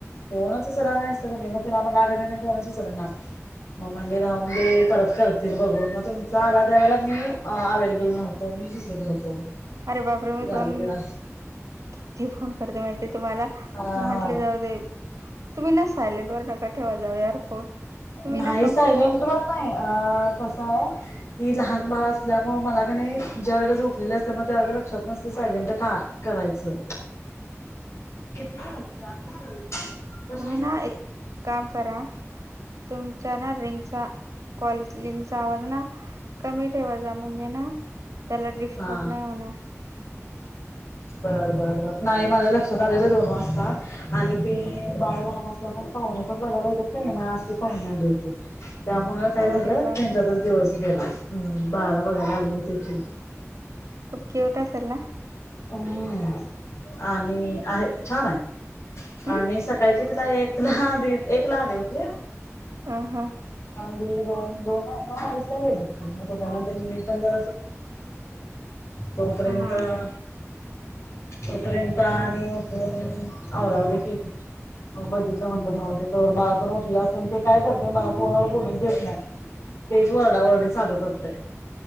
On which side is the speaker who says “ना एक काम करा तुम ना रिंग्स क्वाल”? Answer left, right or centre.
Right